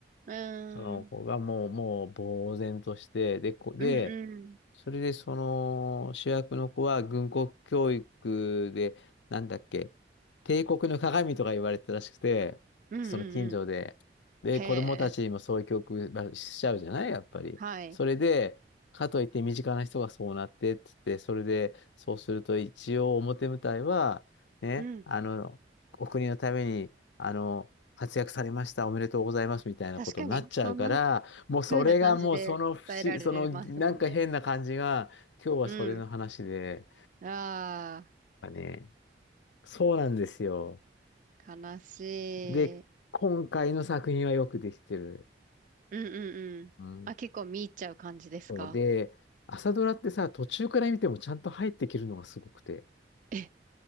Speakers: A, on the right; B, on the left.
A: うーん。
B: その子がもう、もう、呆然として、で、こ、で、
A: うんうん。
B: それで、その、主役の子は軍国教育で、なんだっけ、帝国の鏡とか言われてたらしくて、
A: うんうんうん。
B: その近所で。で、子供たちにもそういう教育まあしちゃうじゃないやっぱり。
A: へえ。はい。
B: それで、かといって身近な人がそうなってって言って、それで、そうすると一応表舞台は、ね、
A: うん。
B: あの、お国のために、あの、活躍されました、おめでとうございますみたいなことになっちゃうから、
A: 確かに、そんな
B: もうそれがもうその不思、
A: 風な感じで伝えられますもんね。
B: そのなんか変な感じが、今日はそれの話で、
A: うん。あ
B: なんかね、そうなんですよ。
A: あ、悲しい。
B: で、
A: う
B: 今回の作品はよくできてる。
A: んうんうん。
B: うん。
A: あ、結構見入っちゃう感じですか
B: そうで、朝ドラってさ、途中から見てもちゃんと入ってきるのがすごくて、
A: え、